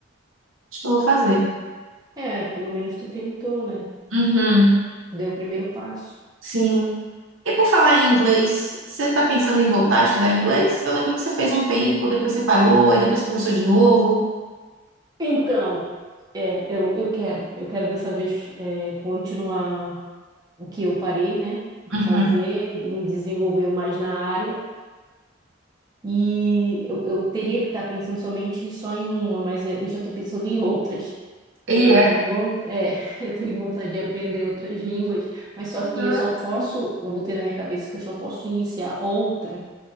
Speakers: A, on the right (about 85°); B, on the right (about 20°).
A: acho que eu vou fazer.
B: é, pelo menos tu tentou, né?
A: Uhum.
B: Tu deu o primeiro passo.
A: Sim. E por falar em inglês, você está pensando em voltar a estudar inglês? Eu lembro que você fez um tempo, depois você parou, aí depois começou de novo.
B: Então, é, eu, eu quero, eu quero dessa vez é, continuar o que eu parei, né? De
A: Uhum.
B: fazer, de me desenvolver mais na área. E eu, eu teria que estar pensando somente só em uma, mas eu já estou pensando em outras. Eu
A: E é
B: tenho, von- é, <laughs> eu tenho vontade de aprender outras línguas, mas só
A: nossa.
B: que eu só posso, eu botei na minha cabeça que eu só posso iniciar outra